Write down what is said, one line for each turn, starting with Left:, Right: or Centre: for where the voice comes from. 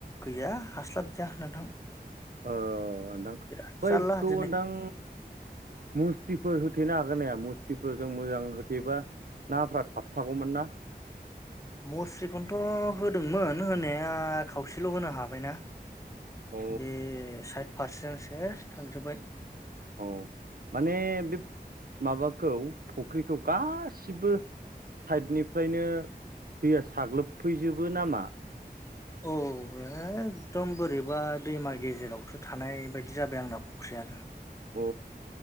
Left: गैया हास्लाबदिया नोंथां।
Right: औ नदां
Left: बिराद
Right: बैखौ
Left: जारला दिनै
Right: होनदां मुस्रिफोर होथेनो हागोन नाया मुस्रिफोरजों मोजां होथेबा नाफ्रा थाबथागौमोन ना।
Left: मुस्रिखौनोथ' होदोंमोन होनाया खावसेल' होनो हाबायना।
Right: अ
Left: बे साइड फारसेजों सेस थांजोब्बाय।
Right: औ माने बे माबाखौ फुख्रिखौ गासिबो साइडनिफ्रायनो दैया साग्लोबफैजोबो नामा?
Left: औ एखदम बोरैबा दैमा गेजेरावसो थानाय बायदि जाबाय आंना फख्रि यानो।
Right: अ।